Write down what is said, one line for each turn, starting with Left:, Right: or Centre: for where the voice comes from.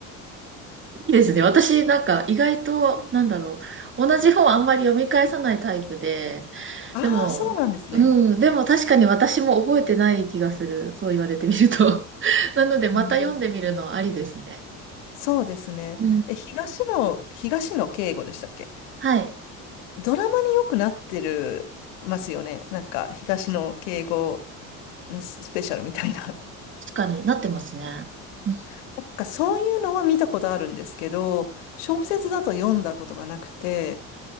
Right: いいですね。私、なんか、意外と、なんだろう。同じ本あんまり読み返さないタイプで、
Left: ああ、
Right: でも、
Left: そうなんですね。
Right: うん、でも確かに私も覚えてない気がする。そう言われてみると。<laughs> なので、また読んでみるのありですね。
Left: うんそうですね。
Right: うん。
Left: え、東野、東野圭吾でしたっけ
Right: はい。
Left: ドラマによくなってるますよね。なんか、東野敬吾スペシャルみたいな。
Right: 確かになってますね。うん
Left: <laughs> なんか、そういうのは見たことあるんですけど、小説だと読んだことがなくて、